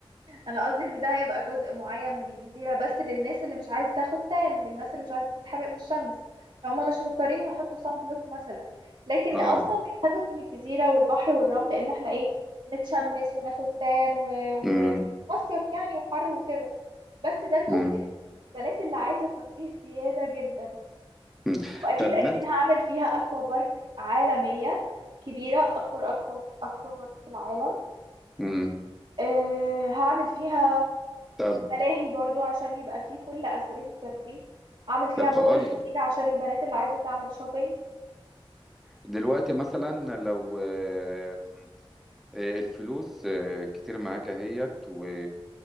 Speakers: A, on the right; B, in the centre.
A: انا قصدي ان ده هيبقى جزء معين من الجزيرة بس للناس اللي مش عايز تاخد تان للناس اللي مش عايزة تتحرق من الشمس فهم مش مضطرين يحطوا صن بلوك مثلا لكن
B: اه
A: اصلا الهدف من الجزيرة والبحر والرمل ان احنا ايه نتشمس وناخد تان ومصيف و...
B: امم
A: ومصيف يعني وحر وكده بس ده جزء
B: امم
A: البنات اللي عايزة ترفيه زيادة جدا
B: أمم.
A: واكيد
B: طب
A: اكيد
B: مثلا
A: هعمل فيها اكوا بارك عالمية كبيرة اكبر اكوا اكوا بارك في العالم
B: امم
A: آه، هعمل فيها
B: طب
A: ملاهي برضو عشان يبقى فيه كل أساليب الترفيه هعمل فيها
B: طب بقول
A: مول كتير
B: لك
A: عشان البنات اللي عايزة تعمل شوبينج
B: دلوقتي مثلا لو آه، آه، الفلوس آه، كتير معاك اهيت و...